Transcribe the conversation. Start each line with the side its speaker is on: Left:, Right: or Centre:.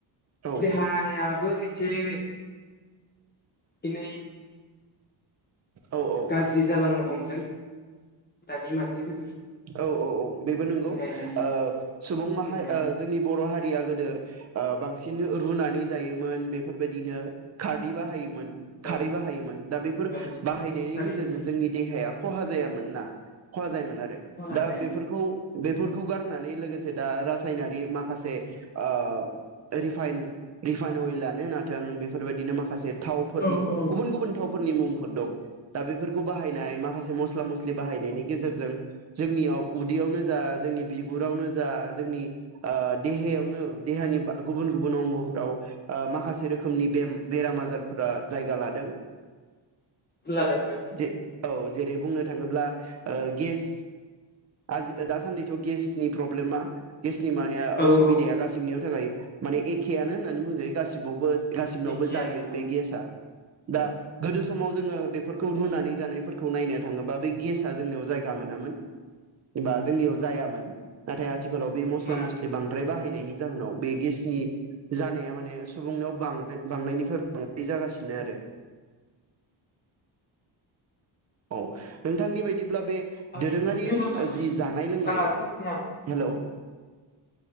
Right: औ
Left: देहाया <unintelligible> दिनै
Right: औ औ
Left: गाज्रि जालांनो हमदों। दानि मानसिफोरनि
Right: औ औ औ बेबो नंगौ
Left: देहायारि
Right: ओ सुबुं माहारि
Left: जौगाया
Right: ओ जोंनि बर' हारि या गोदो ओ बांसिन रुनानै जायोमोन बेफोरबायदिनो खारदै बाहायोमोन।
Left: औ
Right: खारै बाहायोमोन दा बेफोर
Left: औ
Right: बाहायनायनि
Left: थारैनो
Right: गेजेरजों जोंनि देहाया। खहा जायामोन ना खहा जायोमोन आरो। दा
Left: खहा जाया
Right: बेफोरखौ बेफोरखौ गारनानै लोगोसे दा रासायनारि माखासे ओ रिफाइन रिफाइन अइलानो होनाथों बेफोरबायदिनो मा खासे थावफोरनि
Left: औ औ
Right: गुबुन गुबुन थाव फोरनि मुंफोर दं दा बेफोरखौ बाहायनाय माखासे मस्ला मस्लि बाहायनायनि गेजेरजों जोंनियाव उदैयावनो जा जोंनि बिगुरावनो जा जोंनि ओ देहायावनो देहानि बा गुबुन गुबुन अंगफ्राव ओह माखासे रो खोमनि बेम बेराम आजारफोरा जायगा लादों।
Left: लादों लादों।
Right: जे औ जेरै बुंनो थाङोब्ला ओ गेस आजि दासान्दिथ' गेसनि प्रब्लेमा गेसनि मानाया
Left: औ
Right: असुबिदाया
Left: औ
Right: गासि <unintelligible> थाखाय माने एखेआनो होननानै बुंजायो गासिबावबो गासिबनावबो
Left: एखेयानो
Right: जायो बे गेसआ। दा गोदो समाव जोङो बेफोरखौ रुनानै जानायफोरखौ नायनो थाङोबा बे गेसा जोंनियाव जायगा मोनामोन एबा जोंनियाव जायामोन आथाया थिखालाव बे मस्ला
Left: मोनाम
Right: मस्लि बांद्राय बाहायनायनि जाहोनाव बे गेसनि जानाया माने सुबुंनाव बांदो बांनायनिफ्राय बांद्राय जागासिनो आरो औ नोंथांनि बाय <unintelligible> बे
Left: आगोलथ'
Right: दोरोङारि
Left: बेरामानो
Right: जि जानाय लोंनाय
Left: बारा सोमजियामोन
Right: हेल' <inaudible>